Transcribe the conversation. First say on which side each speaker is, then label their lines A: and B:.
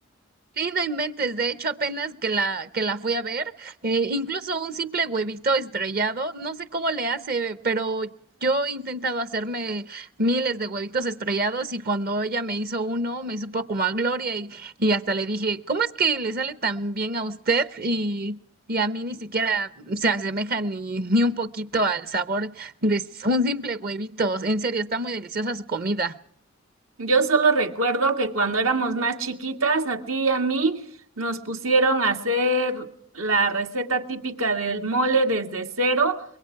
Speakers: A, on the right; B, on the right.
A: Sí, no inventes. De hecho, apenas que la, que la fui a ver, eh, incluso un simple huevito estrellado, no sé cómo le hace, pero yo he intentado hacerme miles de huevitos estrellados y cuando ella me hizo uno, me supo como a gloria y, y hasta le dije, ¿cómo es que le sale tan bien a usted y, y a mí ni siquiera se asemeja ni, ni un poquito al sabor de s- un simple huevito? En serio, está muy deliciosa su comida.
B: Yo solo recuerdo que cuando éramos más chiquitas, a ti y a mí nos pusieron a hacer la receta típica del mole desde cero,